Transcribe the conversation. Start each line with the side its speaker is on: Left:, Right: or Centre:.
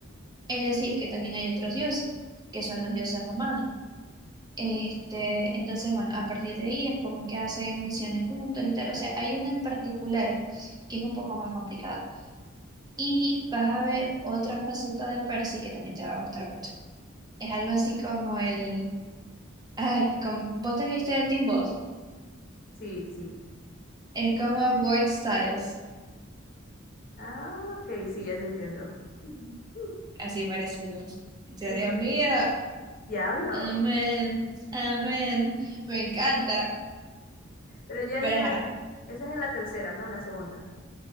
Right: Es decir, que
Left: Mm,
Right: también hay otros dioses, que son los dioses romanos. Este, entonces, bueno, a partir de ahí es como que hacen misiones juntos y tal. O sea, hay una en particular que es un poco más complicada. Y vas a ver otra faceta de Percy que también te va a gustar mucho. Es algo así como el... Ay, como, vos te viste de Teen Wolf.
Left: Sí, sí.
Right: Es como Boyd Styles,
Left: Ah, ok, sí, ya te entiendo. <laughs> Mm,
Right: así parecido. Yo,
Left: Ay,
Right: Dios
Left: Dios mío.
Right: mío,
Left: Diablo.
Right: amén, amén. Me encanta.
Left: Pero ya ahí,
Right: Pero
Left: en
Right: ajá,
Left: la- esa es en la tercera, ¿no? En la segunda.